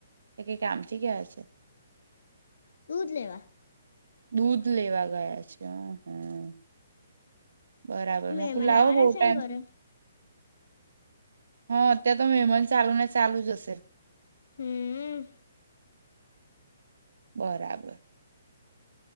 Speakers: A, on the right (about 85°); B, on the left (about 65°).
A: જ કામથી ગયા છે.
B: દૂધ લેવા
A: દૂધ લેવા ગયા છે હ હમ બરાબર
B: મહેમાન
A: મકુ લાવો
B: આવવાના
A: બહુ
B: છે
A: ટાઈમથી
B: ને ઘરે
A: હાત તો મેહેમાન ચાલુ ના ચાલુ જ હશેલ
B: હમ
A: બરાબર